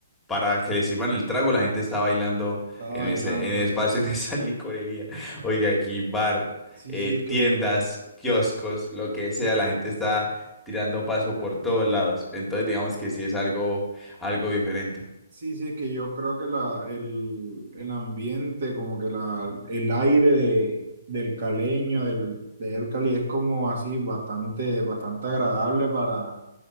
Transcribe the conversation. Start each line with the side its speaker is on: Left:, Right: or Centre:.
Centre: para que le sirvan el trago, la gente está
Right: sí.
Centre: bailando
Right: Está
Centre: en
Right: bailando
Centre: ese, en ese
Right: ahí.
Centre: espacio, <laughs> en esa licorería. Oiga, aquí bar
Right: Sí,
Centre: eh,
Right: sí, es que
Centre: tiendas,
Right: yo
Centre: kioscos, lo que sea, la gente está tirando paso por todos lados. Entonces, digamos que sí es algo, algo diferente.
Right: Sí, sí, es que yo creo que la, el, el ambiente, como que la, el aire de, del caleño, del, de El Cali, es como así bastante, bastante agradable para,